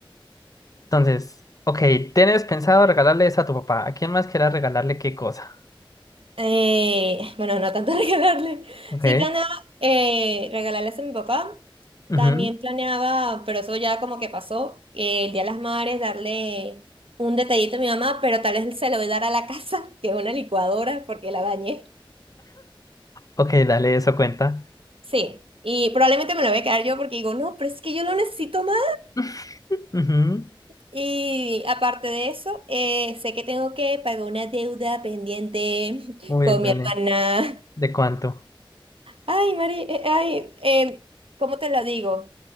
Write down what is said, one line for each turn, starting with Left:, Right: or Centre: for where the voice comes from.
Left: Entonces, ok, ¿tienes pensado regalarle eso a tu papá? ¿A quién más quieras regalarle qué cosa?
Right: Eh, bueno, no tanto <laughs> regalarle.
Left: Ok.
Right: Sí, planeaba eh, regalarles a mi papá.
Left: ujú.
Right: También planeaba, pero eso ya como que pasó, eh, el Día de las Madres, darle un detallito a mi mamá, pero tal vez se lo voy a dar a la <laughs> casa, que es una licuadora, porque la bañé.
Left: Ok, dale, eso cuenta.
Right: Sí, y probablemente me lo voy a quedar yo porque digo, no, pero es que yo lo necesito más.
Left: <laughs> Ujú.
Right: Y aparte de eso, eh, sé que tengo que pagar una deuda pendiente
Left: Uy,
Right: <laughs> con
Left: dale.
Right: mi hermana.
Left: ¿De cuánto?
Right: Ay, Mari, eh, ay, eh, ¿cómo te lo digo?